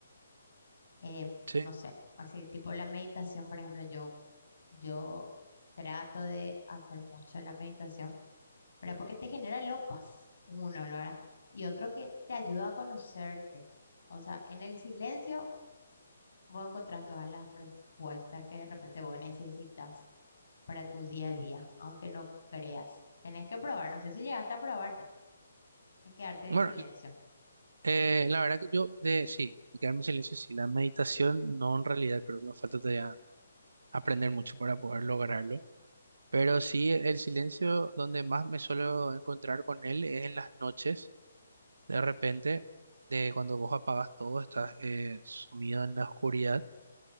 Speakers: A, on the left; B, on the right.
A: Eh,
B: Sí.
A: no sé, así tipo la meditación, por ejemplo, yo, yo trato de hacer mucho la meditación, ¿verdad? Porque te genera lo paz, uno, ¿no? ¿verdad? Y otro que te ayuda a conocerte. O sea, en el silencio vos encontrás todas las respuestas que de repente vos necesitas. para tu día a día, aunque no creas. Tenés que probar, no sé si llegaste a probar ya, en quedarte
B: Bueno,
A: en silencio.
B: eh, la verdad que yo de sí, de quedarme en silencio, sí, la meditación no en realidad creo que me falta todavía aprender mucho para poder lograrlo. Pero sí, el silencio donde más me suelo encontrar con él es en las noches. De repente, de cuando vos apagas todo, estás eh, sumido en la oscuridad